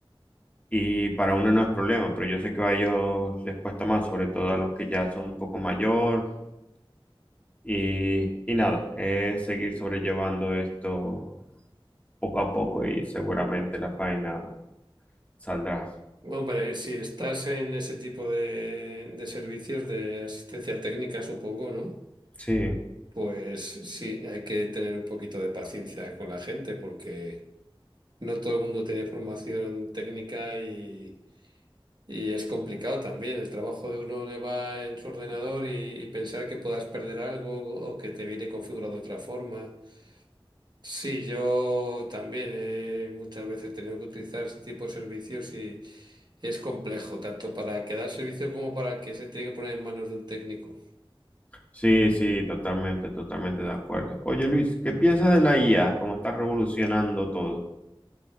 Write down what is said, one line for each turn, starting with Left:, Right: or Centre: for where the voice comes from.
Left: y para uno no es problema, pero yo sé que a ellos les cuesta más, sobre todo a los que ya son un poco mayor y, y nada, es seguir sobrellevando esto poco a poco y seguramente la faena saldrá.
Right: Hombre, si estás en ese tipo de, de servicios de asistencia técnica, supongo, ¿no?
Left: Sí,
Right: Pues sí, hay que tener un poquito de paciencia con la gente porque no todo el mundo tiene formación técnica y... Y es complicado también, el trabajo de uno le va en su ordenador y, y pensar que puedas perder algo o que te viene configurado de otra forma. Sí, yo también he muchas veces he tenido que utilizar ese tipo de servicios y es complejo, tanto para el que da el servicio como para el que se tiene que poner en manos de un técnico.
Left: sí, sí, totalmente, totalmente de acuerdo. Oye Luis, ¿qué piensas de la IA? ¿Cómo está revolucionando todo?